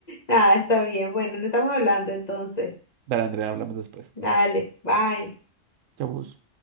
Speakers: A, on the left; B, on the right.
A: Nada, está bien. Bueno, no estamos hablando entonces.
B: Dale, Andrea, hablamos después.
A: Dale, bye.
B: Chavos.